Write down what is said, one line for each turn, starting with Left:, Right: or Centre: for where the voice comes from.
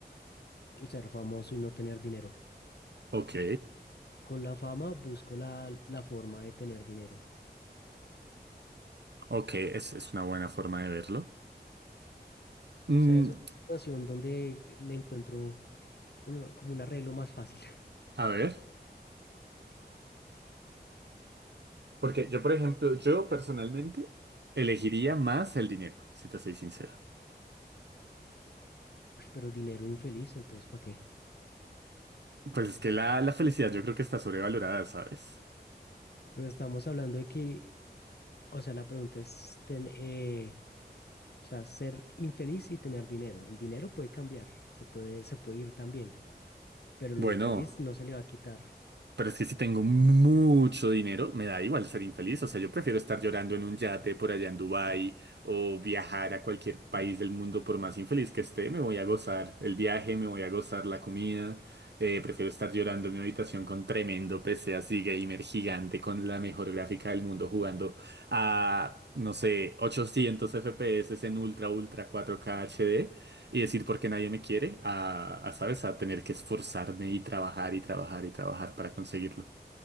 Left: Ser famoso y no tener dinero.
Right: Ok.
Left: Con la fama busco la, la forma de tener dinero.
Right: Ok, es, es una buena forma de verlo. Mm,
Left: O sea, es una situación donde le encuentro un- como un arreglo más fácil. <laughs>
Right: a ver, porque yo, por ejemplo, yo personalmente elegiría más el dinero, si te soy sincero.
Left: Uy, pero dinero infeliz, entonces ¿para qué?
Right: Pues es que la, la felicidad yo creo que está sobrevalorada, ¿sabes?
Left: Pero estamos hablando de que, o sea, la pregunta es, ten- eh, o sea, ser infeliz y tener dinero. El dinero puede cambiar, se puede, se puede ir también, pero lo
Right: Bueno,
Left: infeliz no se le va a quitar.
Right: Pero es que si tengo mucho dinero, me da igual ser infeliz. O sea, yo prefiero estar llorando en un yate por allá en Dubái o viajar a cualquier país del mundo por más infeliz que esté. Me voy a gozar el viaje, me voy a gozar la comida. Eh, prefiero estar llorando en mi habitación con tremendo PC así gamer gigante con la mejor gráfica del mundo jugando a, no sé, 800 FPS en ultra, ultra 4K HD y decir por qué nadie me quiere, a, a, ¿sabes? A tener que esforzarme y trabajar y trabajar y trabajar para conseguirlo.